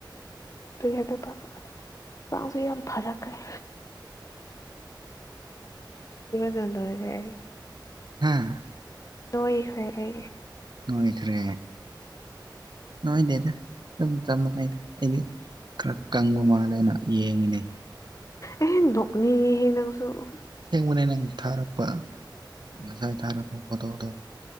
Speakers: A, on the left; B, on the right.
A: ꯑꯗꯨ ꯀꯗ ꯍꯛꯆꯥꯡꯁ ꯌꯥꯝ ꯐꯔꯛꯈ꯭ꯔꯦ ꯂ ꯂꯩ
B: ꯍꯥꯥ
A: ꯂꯏ ꯈꯔꯦ
B: ꯣꯏꯗ꯭ꯔꯦ ꯅꯣꯏꯗꯦꯗ ꯑꯗꯨꯝ ꯆꯞ ꯃꯥꯟꯅꯩꯗ ꯑꯩꯗꯤ ꯀ꯭ꯔ ꯀꯪꯒꯨ ꯃꯥꯂꯅ ꯌꯦꯉꯅꯦꯦ
A: ꯑꯦꯍ ꯅꯣꯛꯅꯤ ꯍꯦ ꯅꯪꯁꯨꯣ
B: ꯁꯦꯡꯕꯅꯦ ꯅꯪ ꯊꯥꯔꯛꯄ ꯉꯁꯥꯏ ꯊꯥꯔꯛꯄ ꯄꯣꯇꯣꯗꯣ